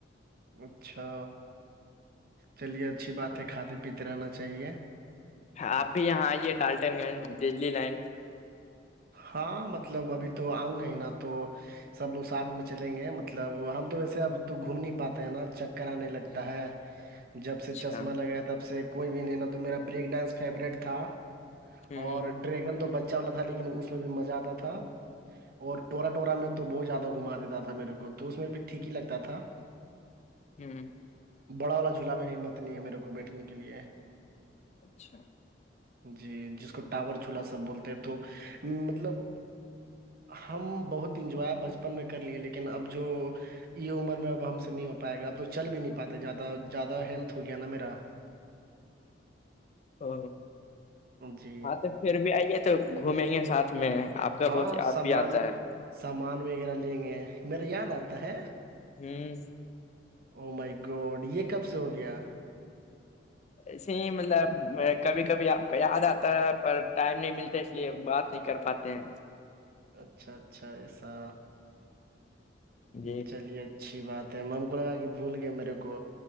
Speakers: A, on the right; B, on the left.
A: اچھا چلیے اچھی بات ہے کھاتے پیتے رہنا چاہیے
B: آپ بھی یہاں آئیے ٹالٹن گنج دجلی لائن
A: ہاں مطلب ابھی تو آؤں گا ہی نا تو سب لوگ ساتھ میں چلیں گے مطلب ہم تو ویسے اب تو گھوم نہیں پاتے ہیں نا چکر آنے لگتا ہے جب
B: اچھا
A: سے چشمہ لگایا تب سے کوئی بھی نہیں ن تو میرا بریک ڈانس فیوریٹ تھا
B: ہوں
A: اور ڈریگن تو بچہ والا تھا لیکن اس میں بھی مزہ آتا تھا اور ٹورا ٹورا میں تو بہت زیادہ گھما دیتا تھا میرے کو تو اس میں بھی ٹھیک ہی لگتا تھا
B: ہوں
A: بڑا والا جھولا میں ہمت نہیں ہے میرے کو بیٹھنے کے لیے
B: اچھا
A: جی جس کو ٹاور جھولا سب بولتے ہیں تو مطلب ہم بہت انجوائے بچپن میں کر لیے ہیں لیکن اب جو یہ عمر میں اب ہم سے نہیں ہو پائے گا اب تو چل بھی نہیں پاتے زیادہ زیادہ ہیلتھ ہو گیا نا میرا
B: او
A: جی
B: ہاں تو پھر بھی آئیے تو گھومیں گے ساتھ میں آپ کا
A: ہاں
B: بہت یاد
A: سامان
B: بھی آتا ہے
A: سامان وغیرہ لیں گے میرا یاد آتا ہے
B: ہوں
A: او مائی گولڈ یہ کب سے ہو گیا
B: ایسے ہی مطلب کبھی کبھی آپ کو یاد آتا ہے پر ٹائم نہیں ملتے یہ بات نہیں کر پاتے ہیں
A: اچھا اچھا ایسا
B: جی
A: چلیے اچھی بات ہے میم کو لگا کہ بھول گئے میرے کو